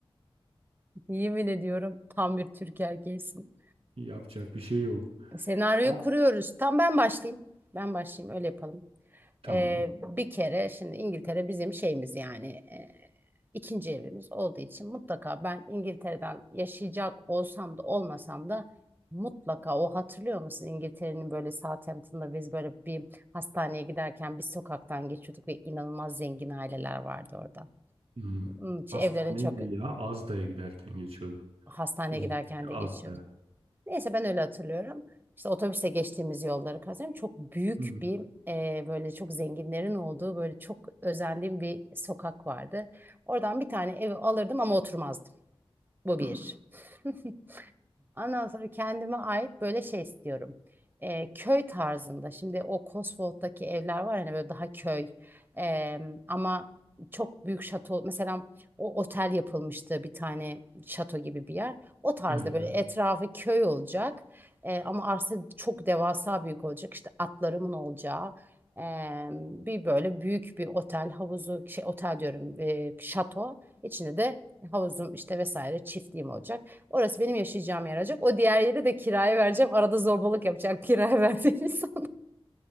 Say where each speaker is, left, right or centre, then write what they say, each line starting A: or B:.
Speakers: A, on the right (about 20°); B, on the right (about 90°).
A: Yemin ediyorum tam bir Türk erkeğisin.
B: Yapacak bir şey yok.
A: Senaryoyu
B: Ya
A: kuruyoruz. Tam ben başlayayım. Ben başlayayım öyle yapalım.
B: tamam.
A: Ee, bir kere şimdi İngiltere bizim şeyimiz yani e, ikinci evimiz olduğu için mutlaka ben İngiltere'den yaşayacak olsam da olmasam da mutlaka o hatırlıyor musun İngiltere'nin böyle Southampton'da biz böyle bir hastaneye giderken bir sokaktan geçiyorduk ve inanılmaz zengin aileler vardı orada.
B: Hı.
A: Hmm,
B: Hastaneye
A: Evlerine çok
B: değil ya. Azda'ya giderken geçiyordu.
A: hastaneye
B: Uzak
A: giderken
B: bir
A: de geçiyorduk.
B: Azda.
A: Neyse ben öyle hatırlıyorum. İşte otobüse geçtiğimiz yolları kazanıyorum. Çok büyük
B: Hı.
A: bir e, böyle çok zenginlerin olduğu böyle çok özendiğim bir sokak vardı. Oradan bir tane evi alırdım ama oturmazdım. Bu bir.
B: Hı.
A: <laughs> Ondan sonra kendime ait böyle şey istiyorum. Ee, köy tarzında. Şimdi o Cotswold'daki evler var hani böyle daha köy. Ee, ama çok büyük şato. Mesela o otel yapılmıştı bir tane şato gibi bir yer. O tarzda
B: Evet
A: böyle
B: evet.
A: etrafı köy olacak. Ee, ama arsa çok devasa büyük olacak. İşte atlarımın olacağı. ee, bir böyle büyük bir otel havuzu şey otel diyorum e, şato içinde de havuzum işte vesaire çiftliğim olacak. Orası benim yaşayacağım yer olacak. O diğer yeri de kiraya vereceğim. Arada zorbalık yapacak <laughs> kiraya verdiğim insan.